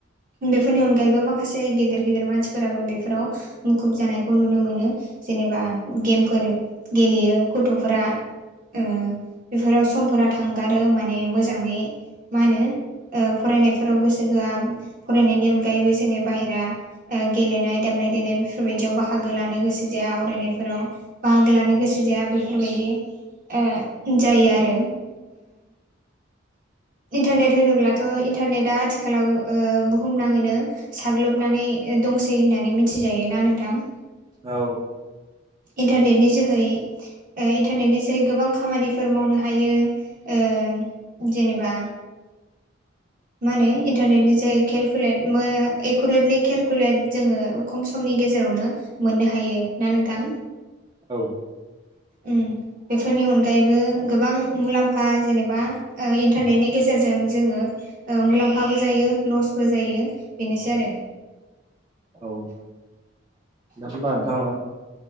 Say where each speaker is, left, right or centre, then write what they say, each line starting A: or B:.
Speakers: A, on the right; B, on the right.
A: बेफोरनि अनगायैबो माखासे गेदेर गेदेर मानसिफोराबो बेफोराव मुखुब जानायखौ नुनो मोनो जेनेबा गेमफोर गेलेयो गथ'फोरा ओ बेफोराव समफोरा थांगारो माने मोजाङै मा होनो ओ फरायनायफोराव गोसो होआ फरायनायनि अनगायैबो जेनि बाहेरा ओ गेलेनाय दामनाय देनाय बेफोरबायदियाव बाहागो लानो गोसो जाया आवरायनायफोराव बाहागो लानो गोसो जाया बेफोरबायदि ओ जायो आरो इन्टारनेट होनोब्ला थह इन्टारनेटा आथिखालाव ओ बुहुमनाङैनो साग्लोबनानै दंसै होननानै मिथिजायो ना नोंथां
B: औ
A: इन्टारनेट नि जोहै ओ इन्टारनेटनि जोहै गोबां खामानिफोर मावनो हायो ओ जेनेबा मा होनो इन्टारनेटनि ज केलकुलेट एकुरेटलि केलकुलेट जोङो खम समनि गेजेरावनो मोननो हायो ना नोंथां
B: औ
A: उम बेफोरनि अनगायैबो गोबां मुलाम्फा जेनेबा ओ इन्टारनेटनि गेजेरजों जोङो ओ मुलाम्फाबो जायो लसबो जायो बेनोसै आरो
B: औ ना होमबा नोंथां